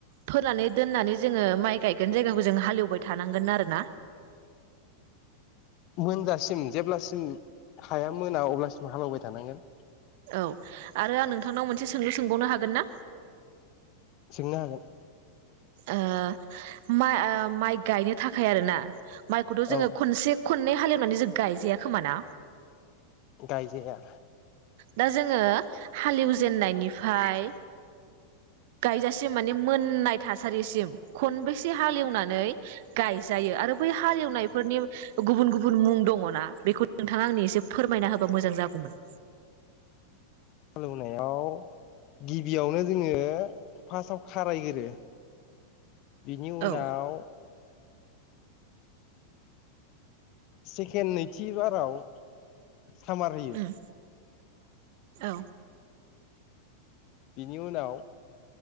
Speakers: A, on the right; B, on the left.
A: फोनानै दोननानै जोंङो माइ गायगोन जायगाखौ जों हाल एव थानांगोन आरोना।
B: मोनजासिम जेब्लासिम हाया मोना अब्लासिम हालेवबाय थानांगोन।
A: औ आरो आं नोंथांनाव मोनसे सोंलु सोंबावनो हागोन ना?
B: सोंनो हागोन
A: ओ मा ओ माइ गायनो थाखाय आरो ना माइखौथ' जोंङो
B: औ
A: खनसे खननै हालेवनानै जों गायजाया खोमा ना
B: गायजाया
A: दा जोंङो हालेवजेननायनिफ्राय गायजासिम माने मोननाय थासारिसिम खनबेसे हालेवनानै गायजायो आरो बै हालेवनायफोरनि गुबुन गुबुन मुं दंङना बेखौ नोंथाङा आंनि एसे फोरमायना होबा मोजां जागौमोन।
B: हालेवनायाव गिबियावनो जोंङो फार्सआव खारायगोरो। बिनि
A: औ
B: उनाव सेकेन नैथि बाराव सामार होयो।
A: उम औ
B: बिनि उनाव